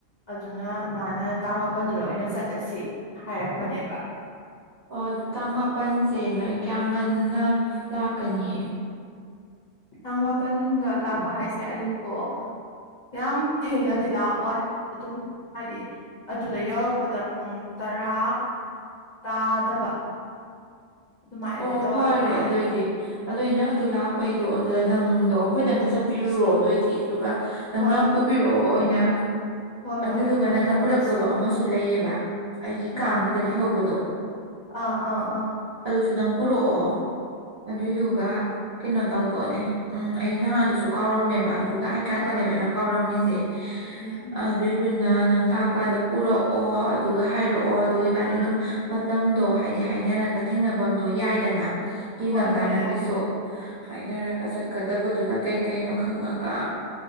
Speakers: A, on the left; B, on the right.
A: ꯑꯗꯨꯅ ꯃꯥꯅ ꯇꯥꯡ ꯃꯥꯄꯜꯗꯨꯗ ꯑꯣꯏꯅ ꯆꯠꯂꯁꯤ ꯍꯥꯏꯔꯛꯄꯅꯦꯕ
B: ꯑꯣ ꯑꯗꯨ ꯇꯥꯡ ꯃꯥꯄꯜꯁꯦ ꯅꯣꯏ ꯀꯌꯥꯝ ꯉꯟꯅ ꯂꯥꯛꯀꯅꯤ
A: ꯇꯥꯡ ꯃꯥꯄꯜꯗ ꯂꯥꯛꯄ ꯍꯥꯏꯁꯦ ꯑꯌꯨꯛꯇꯣ ꯌꯥꯝ ꯊꯦꯡꯅꯗꯤ ꯂꯥꯛꯑꯣꯏ ꯑꯗꯨꯝ ꯍꯥꯏꯗꯤ ꯑꯗꯨꯗ ꯌꯧꯔꯛꯄꯗ ꯄꯨꯡ ꯇꯔꯥ ꯇꯥꯗꯕ ꯑꯗꯨꯃꯥꯏꯅꯗꯤ
B: ꯑꯣ
A: ꯇꯧꯔꯗꯧ
B: ꯐꯔꯦ
A: ꯃꯥꯜꯂꯦ
B: ꯑꯗꯨꯑꯣꯏꯗꯤ ꯑꯗꯨꯗ ꯅꯪ ꯑꯗꯨ ꯂꯥꯛꯄꯩꯗꯣ ꯑꯗꯨꯗ ꯅꯪꯗꯣ ꯑꯩꯈꯣꯏꯗ ꯑꯝꯇ ꯆꯠꯄꯤꯔꯨꯔꯣ ꯑꯗꯨꯑꯣꯏꯗꯤ ꯑꯗꯨꯒ ꯅꯪꯅ
A: ꯍꯣꯏ ꯍꯣꯏ
B: ꯄꯨꯕꯤꯔꯛꯑꯣ ꯑꯣꯏꯅ
A: ꯍꯣꯏ ꯍꯣꯏ
B: ꯑꯗꯨꯗꯨꯒ
A: ꯑꯗꯨꯃꯥꯏꯅ
B: ꯅꯪꯅ
A: ꯇꯧꯔꯁꯤ
B: ꯄꯨꯔꯛꯇꯧꯕ ꯑꯃꯁꯨ ꯂꯩꯌꯦꯕ ꯑꯩꯒꯤ
A: ꯑꯥ
B: ꯀꯥꯡꯕꯗ ꯂꯩꯍꯧꯕꯗꯣ
A: ꯑꯥ ꯑꯥ ꯑꯥ
B: ꯑꯗꯨ ꯅꯪꯔꯛꯑꯣ ꯑꯗꯨꯏꯗꯨꯒ ꯀꯩꯅꯣ ꯇꯧꯗꯣꯅꯦ ꯎꯝ ꯑꯩ ꯅꯍꯥꯗꯨꯁꯨ ꯀꯥꯎꯔꯝꯃꯦꯕ ꯑꯗꯨꯒ ꯑꯩ ꯀꯥꯔꯛꯀꯅꯦꯕ
A: ꯑꯥ
B: ꯑꯩꯅ ꯀꯥꯎꯔꯝꯃꯤꯁꯦ
A: ꯎꯝ
B: ꯑꯗꯨꯏꯗꯨꯅ ꯅꯪ ꯂꯥꯛꯄꯗ ꯄꯨꯔꯛꯑꯣ ꯑꯗꯨꯒ ꯍꯥꯏꯔꯛꯑꯣ ꯑꯗꯨ ꯏꯕꯥꯅꯤ ꯑꯗꯨꯝ ꯃꯇꯝꯗꯣ ꯍꯥꯏꯗꯤ ꯍꯥꯏꯅꯔꯒ ꯊꯦꯡꯅꯐꯝꯗꯣ ꯌꯥꯏꯗꯅ ꯌꯦꯡꯉꯒ
A: ꯍꯣꯏ ꯍꯣꯏ
B: ꯅꯪꯒꯤꯁꯨ
A: ꯌꯥꯏ
B: ꯍꯥꯏꯅꯔꯒ ꯆꯠꯀꯗꯕꯗꯨꯅ ꯀꯩ ꯀꯩꯅꯣ ꯈꯪꯉꯒ